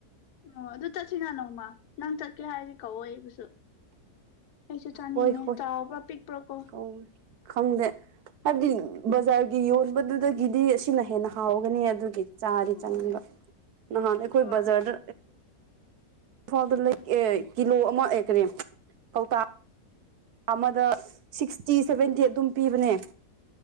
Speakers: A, on the left (about 70°); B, on the right (about 70°).
A: ꯑꯣ ꯑꯗꯨ ꯆꯠꯁꯤꯅ ꯅꯣꯡꯃ ꯅꯪ ꯆꯠꯀꯦ ꯍꯥꯏꯗꯤ ꯀꯛꯑꯣ ꯑꯩꯕꯨꯁꯨ ꯑꯩꯁꯨ ꯆꯥꯅꯤꯡꯉꯦ
B: ꯍꯣꯏ ꯍꯣꯏ
A: ꯆꯥꯎꯕ꯭ꯔ ꯄꯤꯛꯄ꯭ꯔꯣꯀꯣ
B: ꯀꯧꯋꯦ ꯈꯪꯗꯦ ꯍꯥꯏꯕꯗꯤ ꯕꯖꯥꯔꯒꯤ ꯌꯣꯟꯕꯗꯨꯗꯒꯤꯗꯤ ꯑꯁꯤꯅ ꯍꯦꯟꯅ ꯍꯥꯎꯒꯅꯤ ꯑꯗꯨꯒꯤ ꯆꯥꯔꯤ
A: ꯎꯝ
B: ꯆꯪꯅꯤꯡꯕ ꯅꯍꯥꯟ ꯑꯩꯈꯣꯏ
A: ꯍꯣꯏ
B: ꯕꯖꯔꯗ ꯏꯝꯐꯥꯜꯗ ꯀꯤꯂꯣ ꯑꯃ ꯑꯦꯛꯀꯦ ꯀꯧ ꯑꯃꯗ ꯁꯤꯛꯁꯇꯤ ꯁꯚꯦꯟꯇꯤ ꯑꯗꯨꯝ ꯄꯤꯕꯅꯦ